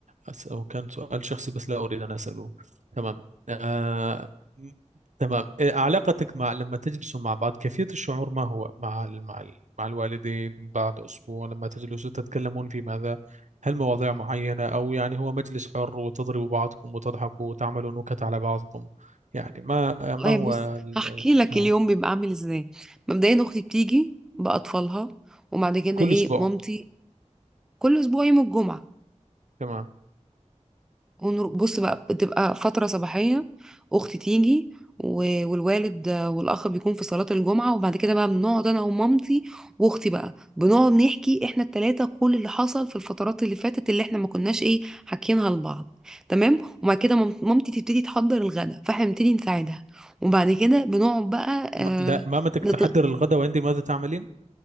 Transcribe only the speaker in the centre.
والله
بص
هحكي لك
اليوم بيبقى عامل ازاي مبدئيا اختي بتيجي باطفالها وبعد كده
ايه
مامتي كل اسبوع يوم الجمعه
ونر- بص بقى بتبقى فترة صباحية أختي تيجي و- والوالد والأخ بيكون في صلاة الجمعة وبعد كده بقى بنقعد أنا ومامتي وأختي بقى بنقعد نحكي إحنا التلاتة كل اللي حصل في الفترات اللي فاتت اللي إحنا ما كناش إيه حاكيينها لبعض تمام وبعد كده مام- مامتي تبتدي تحضر الغدا فإحنا بنبتدي نساعدها وبعد كده بنقعد بقى آه
نط...